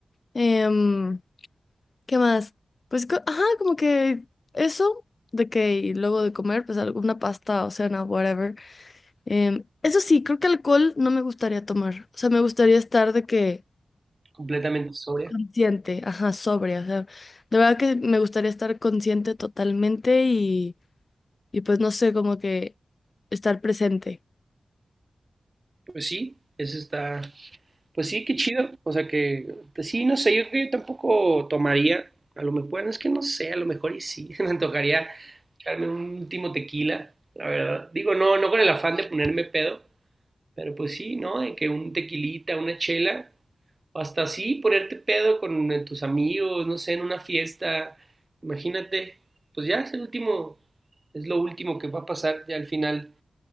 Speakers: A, on the left (about 40°); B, on the right (about 30°).
A: Em, ¿Qué más? Pues, co- ajá, como que eso de que y luego de comer, pues alguna pasta o cena, whatever. Em, eso sí, creo que alcohol no me gustaría tomar. O sea, me gustaría estar de que
B: completamente sobria.
A: consciente, ajá, sobria. O sea, de verdad que me gustaría estar consciente totalmente y, y pues no sé, como que estar presente.
B: Pues sí, eso está, Pues sí, qué chido. O sea que, pues sí, no sé, yo creo que yo tampoco tomaría. A lo mejor, bueno, es que no sé, a lo mejor y sí, <laughs> me antojaría echarme un último tequila, la verdad. Digo, no, no con el afán de ponerme pedo, pero pues sí, ¿no? De que un tequilita, una chela, o hasta así ponerte pedo con eh, tus amigos, no sé, en una fiesta. Imagínate, pues ya es el último, es lo último que va a pasar ya al final.